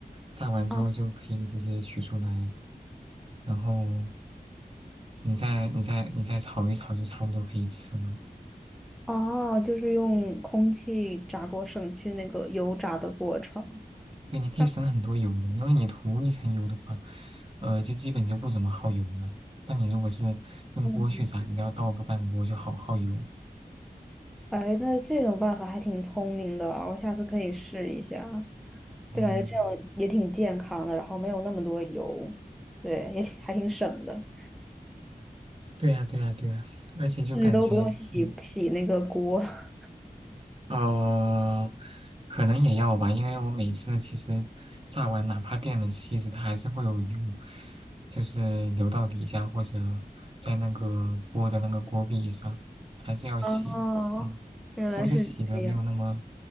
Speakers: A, on the right (about 35°); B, in the centre.
A: 炸完之后就可以直接取出来，
B: 啊。
A: 然后你再你再你再炒一炒就差不多可以吃了。
B: 哦，就是用空气炸锅省去那个油炸的过程。
A: 对，你可以省很多油的，
B: 那
A: 因为你涂一层油的话，呃，就基本就不怎么耗油了。但你如果是用锅去炸，
B: 嗯，
A: 你都要倒个半锅，就好耗油。
B: 哎，那这种办法还挺聪明的啊我下次可以试一下。
A: 嗯，
B: 对，感觉这样也挺健康的，然后没有那么多油，对，也挺还挺省的，
A: 对呀，对呀，对呀，而且就感觉，
B: 甚至都不用洗洗那个锅。
A: 嗯。
B: <laughs>
A: 呃，可能也要吧，因为我每次其实炸完，哪怕电了锡纸，它还是会有油，就是流到底下或者在那个锅的那个锅壁上，还是要洗的。
B: 哦，
A: 嗯，
B: 原来是这样。
A: 不过就洗的没有那么，